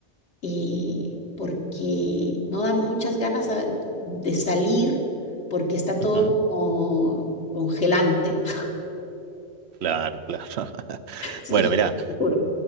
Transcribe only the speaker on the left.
eh, porque no dan muchas ganas a- de salir porque está todo
como congelante. <laughs>
Sí,
te juro.